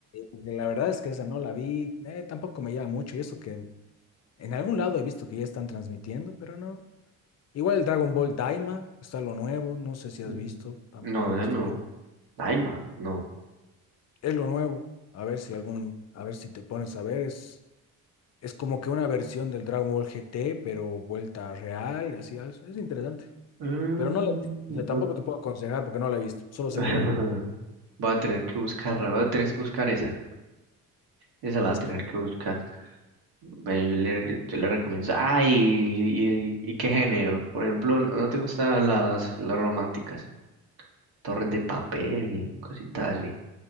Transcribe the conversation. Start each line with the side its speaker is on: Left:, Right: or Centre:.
Left: La verdad es que esa no la vi, eh, tampoco me llama mucho y eso que en algún lado he visto que ya están transmitiendo, pero no. Igual el Dragon Ball Daima está lo nuevo, no sé si
Right: Ujú.
Left: has visto, tampoco
Right: No,
Left: he visto
Right: esa no.
Left: yo.
Right: Daima, no.
Left: Es lo nuevo. A ver si algún, a ver si te pones a ver, es, es como que una versión del Dragon Ball GT, pero vuelta real, y así, es es interesante.
Right: Mm,
Left: Pero no lo, o sea, tampoco
Right: va-
Left: te puedo aconsejar porque no la he visto, solo
Right: <laughs>
Left: sé que hay.
Right: Voy a tener que buscarla, voy a tener que buscar esa. Esa la voy a tener
Left: Sí.
Right: que buscar. Bueno, yo le, yo le recomiendo. Ah, y, y- y qué género. Por ejemplo, ¿no no te gustan las, las románticas? Torres de papel, cositas así.